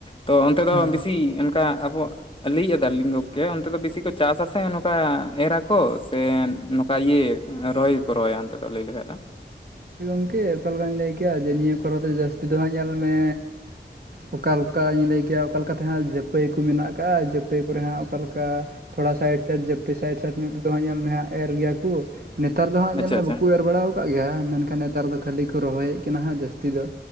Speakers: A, on the left; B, on the right.
A: ᱛᱚ ᱚᱱᱛᱮ ᱫᱚ
B: ᱦᱮᱸ
A: ᱵᱤᱥᱤ ᱚᱱᱠᱟ ᱟᱵᱚᱣᱟᱜ ᱞᱟᱹᱭ ᱮᱫᱟ ᱞᱤᱝ ᱜᱚᱝᱠᱮ ᱚᱱᱛᱮ ᱫᱚ ᱵᱤᱥᱤ ᱠᱚ ᱪᱟᱥ ᱟᱥᱮ ᱱᱚᱝᱠᱟ ᱮᱨᱟ ᱠᱚ ᱥᱮ ᱱᱚᱝᱠᱟ ᱤᱭᱟᱹᱼ- ᱨᱚᱦᱚᱭ ᱜᱮᱠᱚ ᱨᱚᱦᱚᱭᱟ ᱚᱱᱛᱮ ᱫᱚ ᱞᱟᱹᱭ ᱞᱮᱠᱷᱟᱡ ᱫᱚ᱾
B: ᱜᱚᱝᱠᱮ ᱚᱠᱟ ᱞᱮᱠᱟᱧ ᱞᱟᱹᱭ ᱠᱮᱭᱟ ᱡᱮ ᱱᱤᱭᱟᱹ ᱠᱚᱨᱮ ᱫᱚ ᱡᱟᱹᱥᱛᱤ ᱫᱚ ᱦᱟᱸᱜ ᱧᱮᱞ ᱢᱮ ᱚᱠᱟ ᱞᱮᱠᱟᱧ ᱞᱟᱹᱭ ᱠᱮᱭᱟ ᱚᱠᱟ ᱞᱮᱠᱟᱛᱮᱦᱟᱸᱜ ᱡᱟᱹᱯᱟᱹᱭ ᱠᱚ ᱢᱮᱱᱟᱜ ᱠᱟᱜ-ᱟ᱾ ᱡᱟᱹᱯᱟᱹᱭ ᱠᱚᱨᱮ ᱦᱟᱸᱜ ᱚᱠᱟᱞᱮᱠᱟ ᱛᱷᱚᱲᱟ ᱥᱟᱭᱤᱴᱥᱟᱭᱤᱴ ᱡᱟᱯᱥᱟᱭᱤᱴ ᱥᱟᱭᱤᱰᱧᱚᱜ ᱛᱮ ᱫᱚ ᱦᱟᱜ ᱧᱮᱞ ᱢᱮ ᱦᱟᱜ ᱮᱨ ᱜᱮᱭᱟ ᱠᱩ᱾ ᱱᱮᱛᱟᱨ ᱫᱚ ᱦᱟᱸᱜ
A: ᱟᱪᱪᱷᱟ
B: ᱧᱮᱞ ᱢᱮ
A: ᱟᱪᱪᱷᱟ
B: ᱵᱟᱠᱚ ᱮᱨ ᱵᱟᱲᱟᱣ ᱠᱟᱜ ᱜᱮᱭᱟ ᱢᱮᱱᱠᱷᱟᱱ ᱱᱮᱛᱟᱨ ᱫᱚ ᱠᱷᱟᱹᱞᱤ ᱠᱚ ᱨᱚᱦᱚᱭᱮᱫ ᱠᱟᱱᱟ ᱦᱟᱸᱜ ᱡᱟᱹᱥᱛᱤ ᱫᱚ